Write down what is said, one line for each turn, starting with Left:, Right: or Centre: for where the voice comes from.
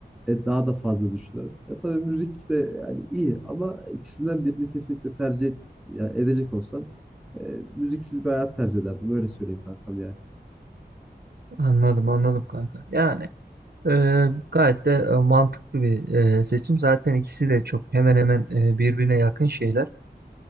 Centre: e, daha da fazla düşünüyorum. Ya tabii müzik de yani iyi ama ikisinden birini kesinlikle tercih et- yani edecek olsam e, müziksiz bir hayat tercih ederdim. Öyle söyleyeyim kankam yani.
Right: Anladım anladım kanka. Yani e, gayet de e, mantıklı bir e, seçim. Zaten ikisi de çok hemen hemen e, birbirine yakın şeyler.